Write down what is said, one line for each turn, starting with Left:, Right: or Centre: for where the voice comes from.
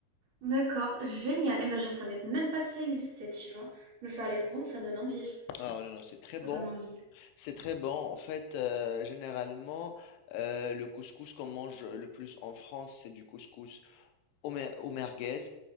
Right: D'accord, génial. Et ben, je savais même pas que ça existait, tu vois. Mais ça a l'air bon, ça donne envie.
Left: Ah oh, non, non, c'est très
Right: Ça
Left: bon,
Right: donne envie.
Left: c'est très bon. En fait, euh, généralement, euh, le couscous qu'on mange le plus en France, c'est du couscous au, mer- au merguez,